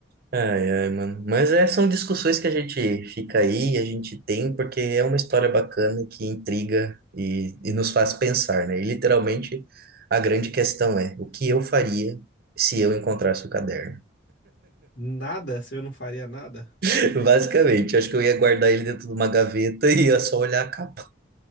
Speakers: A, on the right; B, on the left.
A: Ai, ai, mano. Mas é, são discussões que a gente fica aí, a gente tem, porque é uma história bacana que intriga e, e nos faz pensar, né? E literalmente a grande questão é o que eu faria se eu encontrasse o caderno?
B: Nada, se eu não faria nada.
A: <laughs> Basicamente, acho que eu ia guardar ele dentro de uma gaveta e ia só olhar a capa.